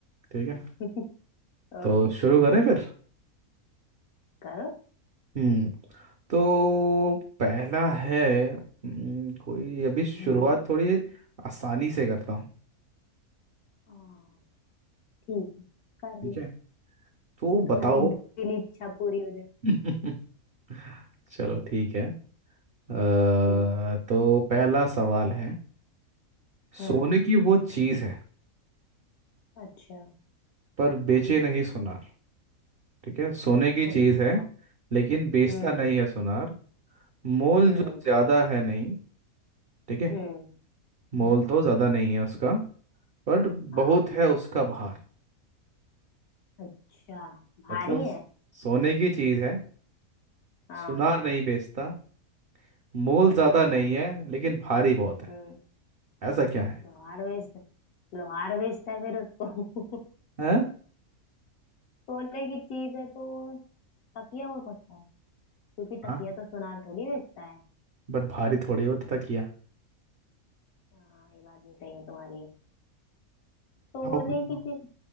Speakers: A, on the right; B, on the left.
A: ठीक है
B: <laughs> ओके
A: तो शुरू करें फिर
B: करो
A: हम्म तो पहला है हम्म, कोई अभी
B: हम्म
A: शुरुआत थोड़ी आसानी से करता हूँ
B: हाँ, ठीक है, कर
A: ठीक
B: लो
A: है तो
B: तुम्हारी
A: बताओ
B: दिली इच्छा पूरी हो जाए
A: <laughs> चलो ठीक है अ,
B: हम्म
A: तो पहला सवाल है
B: हम्म
A: सोने की वो चीज़ है
B: अच्छा
A: पर बेचे नहीं सुनार ठीक है सोने की
B: अच्छा
A: चीज़ है लेकिन बेचता
B: हम्म
A: नहीं है सुनार मोल
B: हम्म
A: जो ज्यादा है नहीं ठीक है
B: हम्म
A: मोल
B: हम्म
A: तो ज्यादा नहीं है उसका पर बहुत
B: हाँ
A: है उसका भार
B: अच्छा भारी
A: मतलब
B: है
A: सोने की चीज है
B: हाँ
A: सुनार नहीं बेचता मोल ज्यादा
B: अच्छा
A: नहीं है लेकिन भारी बहुत है
B: हम्म
A: ऐसा क्या है
B: लोहार बेच लोहार बेचता है फिर उसको <laughs>
A: हैं
B: सोने की चीज है तो तकिया हो सकता है क्योंकि
A: हाँ
B: तकिया तो सुनार थोड़ी बेचता है
A: बट भारी थोड़ी होता था किया
B: हाँ ये बात भी सही है तुम्हारी सोने
A: बताओ बताओ
B: की चीज